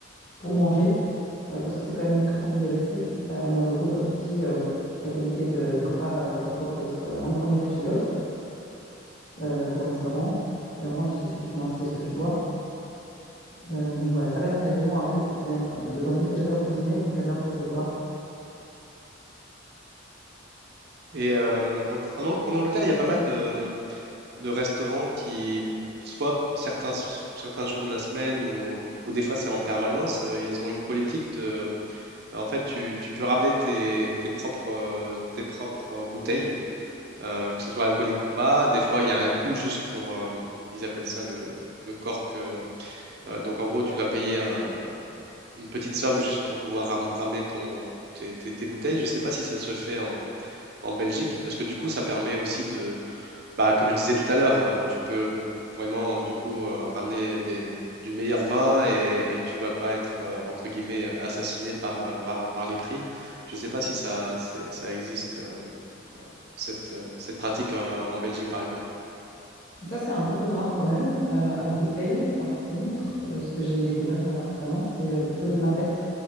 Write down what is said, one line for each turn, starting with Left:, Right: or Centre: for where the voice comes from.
Left: pour manger, euh, parce que c'est quand même très convivial aussi. Puis ça, à moindre coût, comme tu dis, euh, la qualité de- du repas euh, parfois peut être euh, encore meilleure chez l'autre euh, qu'au restaurant. Et au moins, tu sais ce que tu manges, tu sais ce que tu bois. Euh, donc voilà, ça reste un événement un peu exceptionnel quand même. D'autant plus que j'adore cuisiner, donc j'adore recevoir.
Right: Et euh, en, en Ang- en Angleterre, il y a pas mal de, de restaurants qui, soit certains, certains jours de la semaine ou, ou des fois c'est en permanence, euh, ils ont une politique de... bah, En fait, tu, tu peux ramener tes, tes propres, euh, tes propres bouteilles, euh, que ce soit alcoolique ou pas. Des fois, il y a un coût juste pour... euh, ils appellent ça le, le, le cork. euh, euh, donc, en gros, tu dois payer un- une petite somme juste pour pouvoir ram- ramener ton, tes, tes- tes bouteilles. Je ne sais pas si ça se fait en, en Belgique, parce que du coup, ça permet aussi de bah, comme je disais tout à l'heure, euh, tu peux vraiment du coup euh, ramener des- du meilleur vin et, et tu vas pas être euh, entre guillemets euh, assassiné par, euh, par, par les prix. Je sais pas si ça, c'est- ça existe euh, cette, euh, cette pratique euh, en Belgique par exemple.
Left: Ça, c'est un peu plus rare quand même. Euh, à Bruxelles, par contre, euh, ce que j'ai découvert euh, récemment, c'est euh, plutôt l'inverse.